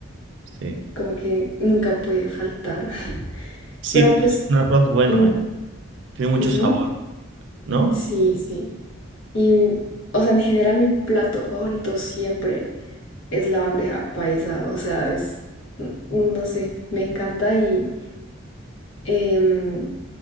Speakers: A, on the right; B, on the left.
A: Sí.
B: Como que nunca puede faltar. <laughs>
A: Sí,
B: Pero pues,
A: es un arroz bueno,
B: mm,
A: ¿eh? Tiene mucho
B: ujú,
A: sabor, ¿no?
B: sí, sí. Y, o sea, en general mi plato favorito siempre es la bandeja paisa. O sea, es, n- no sé, me encanta y em,